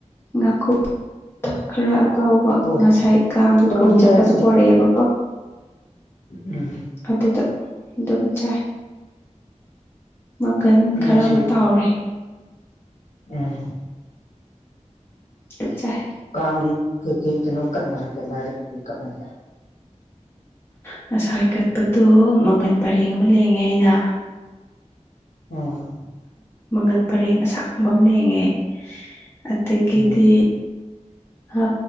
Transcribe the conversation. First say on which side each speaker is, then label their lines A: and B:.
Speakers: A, on the left (about 20°); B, on the left (about 75°).
A: ꯉꯥꯀꯨꯞ ꯇ ꯈꯔ ꯑꯇꯥꯎꯕ
B: ꯑꯣ
A: ꯉꯁꯥꯏ ꯀꯥꯡꯒꯤ
B: ꯇꯧ
A: ꯀꯣꯏ
B: ꯑꯗꯨꯝ
A: ꯆꯠꯄꯗ
B: ꯌꯥꯏ
A: ꯄꯣꯔꯛꯑꯦꯕꯀꯣ
B: ꯎꯝ
A: ꯑꯗꯨꯗ ꯑꯗꯨꯒ ꯆꯥꯏ ꯃꯪꯒꯟ
B: ꯎꯝ
A: ꯈꯔ
B: ꯉꯁꯤ
A: ꯃꯠ ꯇꯧꯔꯦ
B: ꯎꯝ
A: <unintelligible>
B: ꯀꯥꯡꯒꯤ ꯀꯩ ꯀꯩ ꯀꯩꯅꯣ ꯀꯠꯅꯔꯛꯀꯦ ꯂꯥꯏꯔ ꯀꯩꯀꯩ ꯀꯠꯅꯒꯦ
A: ꯉꯁꯥꯏ ꯍ ꯀꯠꯄꯗꯣ ꯃꯪꯒꯟ ꯄꯔꯦꯡ ꯑꯃ ꯂꯦꯡꯉꯦ ꯑꯩꯅ
B: ꯎꯝ
A: ꯃꯪꯒꯜ ꯄꯔꯦꯡ ꯑꯁꯥꯡꯕ ꯑꯃ ꯂꯦꯡꯉꯦ ꯑꯗꯒꯤꯗꯤ
B: ꯎꯝ
A: ꯑ